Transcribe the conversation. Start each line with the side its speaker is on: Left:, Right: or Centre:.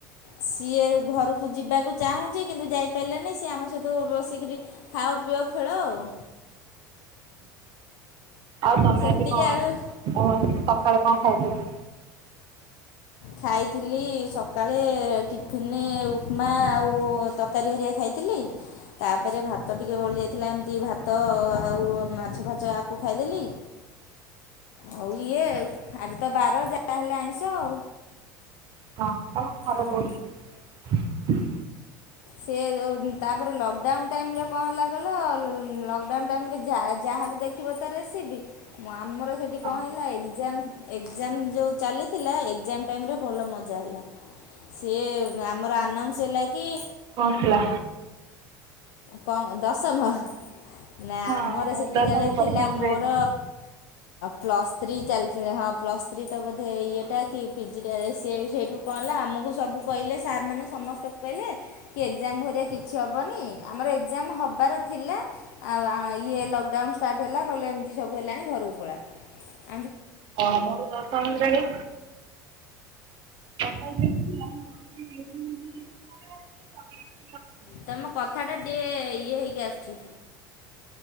Left: ସିଏ ଘରକୁ ଯିବାକୁ ଚାହୁଁଛି କିନ୍ତୁ ଯାଇ ପାଇଲାନି ସିଏ ଆମ ସହିତ ବସିକିରି ଖାଅ ପିଅ ଖେଳ ଆଉ।
Right: ଆଉ ତମେ
Left: ସେତିକି
Right: ଆଜି କଣ
Left: ଆଉ
Right: କଣ ସକାଳେ କଣ ଖାଇଥିଲ?
Left: ଖାଇଥିଲି ସକାଳେ ଟିଫନ୍ ମାନେ ଉପମା ଆଉ ତରକାରୀ ହରିଆ ଖାଇଥିଲି ତାପରେ ଭାତ ଟିକିଏ ବଳିଯାଇଥିଲା ଏମିତି ଭାତ ଆଉ ମାଛ ଫାଚ ଆକୁ ଖାଇଦେଲି। ଆଉ ଇଏ ଆଜି ତ ବାର ଯାହା ହେଲେ ଆଇଷ ଆଉ
Right: ହଁ କଣ କରର
Left: ହଁ
Right: କ <unintelligible>
Left: ସେ ତାପରେ ଲକ୍ଡାଉନ ଟାଇମରେ କଣ ହେଲା କଲ, ଲକ୍ଡାଉ ଟାଇମରେ ଯାହା ଦେଖିବ ତ ରେସିପି ଆମର ସେଠି
Right: ହଁ
Left: କଣ ହେଲା ଏଜାମ, ଏକ୍ଜାମ ଯୋଉ ଚାଲିଥିଲା ଏଜାମ ଟାଇମ ରେ ଭଲ ମଜା ହେଲା, ସିଏ ଆମର ଆନାଉନ୍ସ ହେଲା କି
Right: ହେଲା।
Left: କ ଦଶମ। ନା
Right: ହଁ
Left: ଆମର ସେତିକଳେ
Right: ଦଶମ
Left: ଥିଲା
Right: ପରୀକ୍ଷା ମୁଁ
Left: ମୋର
Right: ଦେଇନି।
Left: ପ୍ଲସ୍ ଥ୍ରୀ ଚାଲିଥିଲେ, ହଁ ପ୍ଲସ୍ ଥ୍ରୀ ତ ବୋଧେ ଇଏଟା କି ପିଜିଟା ସେ ସେଇଠୁ କଣ ହେଲା ଆମକୁ ଆମକୁ ସବୁ କହିଲେ, ସାର୍ମାନେ ସମସ୍ତଙ୍କୁ କହିଲେ କି ଏକ୍ଜାମ ଭରିଆ କିଛି ହେବନି। ଆମର ଏକ୍ଜାମ୍ ହେବାର ଥିଲା ଆଉ ଇଏ ଲକ୍ଡାଉନ୍ ଷ୍ଟାର୍ଟ ହେଲା କହିଲେ ଏମିତି ସବୁ ହେଲାଣି ଘରକୁ ପଳାଅ। <inaudible>
Right: ହ ମୋର ଦଶମ ଶ୍ରେଣୀ। ଥିଲାଁ <unintelligible>
Left: ତମ କଥା ଟା ଟିକେ ଇଏ ହେଇକି ଆସୁଛି।